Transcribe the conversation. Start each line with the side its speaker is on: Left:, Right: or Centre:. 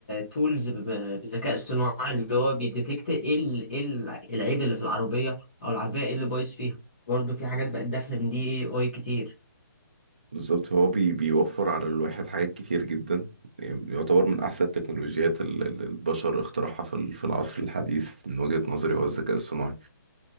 Left: تولز بذكاء اصطناعي اللي هو بيديتكت ايه ال- ايه ال- العيب اللي في العربية او العربية ايه اللي بايظ فيها برضو في حاجات بقت داخلة من دي إيه اي كتير
Right: بالظبط هو بي بيوفر على الواحد حاجات كتير جدا يعني يعتبر من احسن التكنولوجيات اللي البشر اخترعها في ال- في العصر الحديث من وجهة نظري هو الذكاء الصناعي